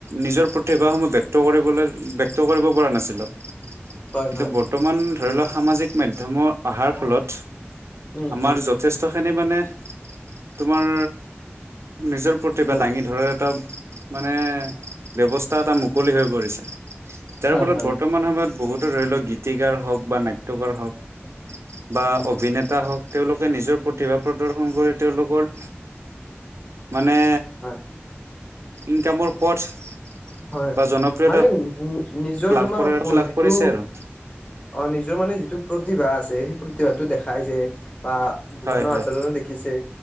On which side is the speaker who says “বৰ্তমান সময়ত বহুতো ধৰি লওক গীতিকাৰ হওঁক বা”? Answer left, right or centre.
Right